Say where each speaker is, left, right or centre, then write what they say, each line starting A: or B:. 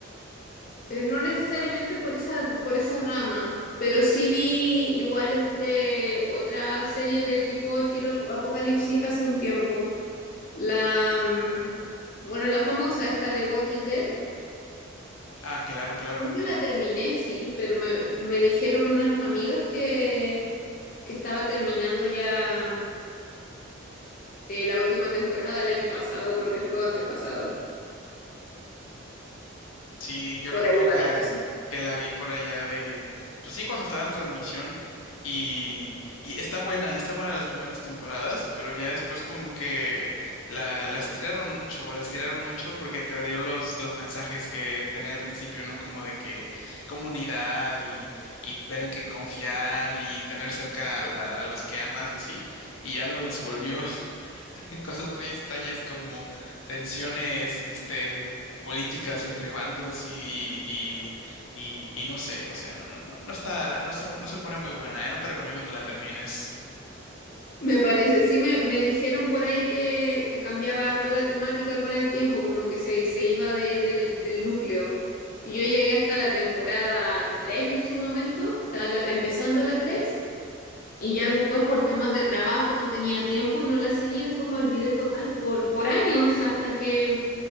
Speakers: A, on the left; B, on the left.
A: Eh, no necesariamente por esa, por esa rama, pero sí vi igual este otra serie de tipo estilo ap- Apocalipsis hace un tiempo. La mm, bueno, la famosa esta de Walking Dead.
B: Ah, claro, claro.
A: Nunca la terminé, sí, pero me, me dijeron unas amigas que, que estaba terminando ya mm, eh, la última temporada el año pasado, creo que fue o antepasado.
B: Sí, yo
A: Por
B: recuerdo
A: ahí va
B: que,
A: la cosa.
B: que la vi por allá de, pues sí, cuando estaba en transmisión y, y está buena, está buena las primeras temporadas, pero ya después como que la, la estiraron mucho, la estiraron mucho porque perdió los, los mensajes que tenía al principio, ¿no? Como de que comunidad y, y ver en quién confiar y tener cerca a, a a los que amas y así, y ya luego se volvió <laughs> cosas muy extrañas como tensiones, este políticas entre bandos y, y, y, y no sé, no sé, no, no, no, no está, no está, no se pone muy buena, ¿eh? No te recomiendo que la termines.
A: Me parece, sí me, me dijeron por ahí que, que cambiaba harto la temática con el tiempo, como que se, se iba de- del, del núcleo. Yo llegué hasta la temporada 3 en su momento, estaba la- empezando la 3 y ya después por temas de trabajo no tenía tiempo y no la seguí, después me olvidé total por, por años, hasta que